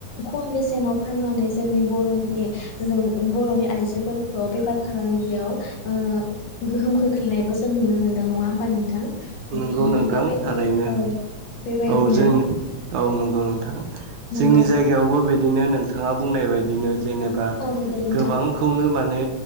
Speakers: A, on the left (about 60°); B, on the right (about 70°).
A: खमबेसेनाव फाननानै जोंनि बर'नि बर'नि आइजोफोरखौ बेफार फालांगियाव ओ गोहोम खोख्लैनायबो जों नुनो मोन्दों नङा होमबा नोंथां। उम
B: नंगौ नोंथां
A: बेबायदिनो
B: थारैनो
A: औ। बेबायदिनो
B: औ जों औ नंगौ नोंथां जोंनि
A: नोंगौ
B: जायगायावबो बायदिनो नोंथाङा बुंनाय बायदिनो जेनेबा
A: औ नंगौ नोंथां
B: गोबांखौनो माने